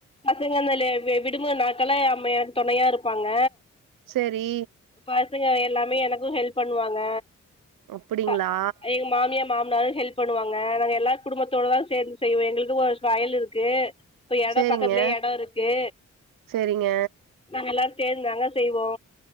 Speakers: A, on the left; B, on the right.
A: பசங்க அந்த விடுமு நாக்கல அம்ம எனக்கு துணையா இருப்பாங்க
B: செரி
A: பசங்க எல்லாமே எனக்கு ஹெல்ப் பண்ணுவாங்க
B: அப்டிங்களா
A: ப எங்க மாமியா மாமனாரு ஹெல்ப் பண்ணுவாங்க நாங்க எல்லா குடும்பத்தோடதா சேந்து செய்வோ எங்களுக்கு ஒரு வயல் இருக்கு இப்ப எடம்
B: சேரிங்க
A: பக்கத்துலயே எடம் இருக்கு
B: சேரிங்க
A: நாங்க எல்லா சேர்ந்தாங்க செய்வோ